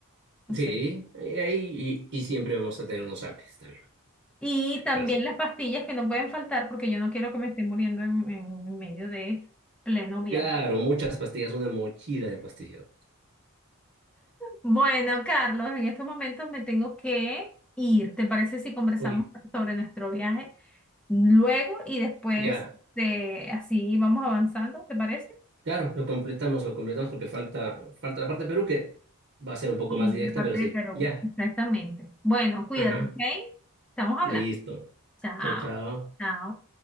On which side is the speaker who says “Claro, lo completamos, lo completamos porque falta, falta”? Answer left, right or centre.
Right